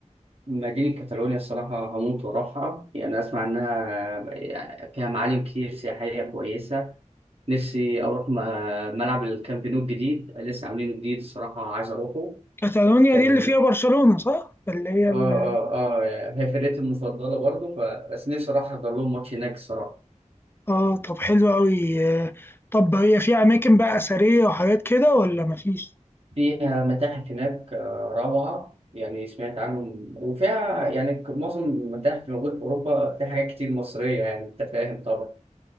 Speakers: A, on the right; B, on the left.
A: مدينة كاتالونيا الصراحة هموت وأروحها يعني أسمع إنها فيها معالم كتير سياحية كويسة نفسي أروح م- ملعب الكامب نو الجديد لسه عاملينه جديد الصراحة عايز أروحه
B: كاتالونيا
A: كان
B: دي اللي فيها برشلونة صح؟ اللي هي
A: آه
B: ال...
A: آه آه هي فرقتي المفضلة برضه ف... بس نفسي أروح أحضر لهم ماتش هناك الصراحة
B: اه طب حلو قوي طب هي فيها اماكن بقى اثريه وحاجات كده ولا مفيش
A: فيها متاحف هناك آه، روعة يعني سمعت عنهم وفيها يعني ك- معظم المتاحف اللي موجودة في أوروبا فيها حاجات كتير مصرية يعني أنت فاهم طبعا